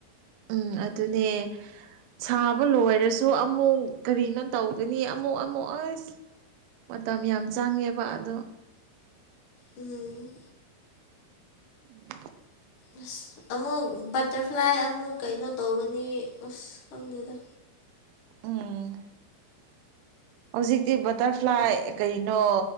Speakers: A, on the right; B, on the left.
A: ꯎꯝ ꯑꯗꯨ ꯑꯗꯨꯅꯦ ꯁꯥꯕ ꯂꯣꯏꯔꯁꯨ ꯑꯃꯨꯛ ꯀꯔꯤꯅꯣ ꯇꯧꯒꯅꯤ ꯑꯃꯨꯛ ꯑꯃꯨꯛ ꯑꯁ ꯃꯇꯝ ꯌꯥꯝ ꯆꯪꯉꯦꯕ ꯑꯗꯣ
B: ꯎꯝ
A: ꯎꯝ
B: ꯑꯁ ꯑꯃꯨꯛ ꯕꯇꯔꯐ꯭ꯂꯥꯏ ꯑꯃꯨꯛ ꯀꯩꯅꯣ ꯇꯧꯒꯅꯤ ꯑꯁ ꯈꯪꯗꯦꯗ
A: ꯎꯝ ꯍꯧꯖꯤꯛꯇꯤ ꯕꯇꯔꯐ꯭ꯂꯥꯏ
B: ꯑ
A: ꯀꯩꯅꯣ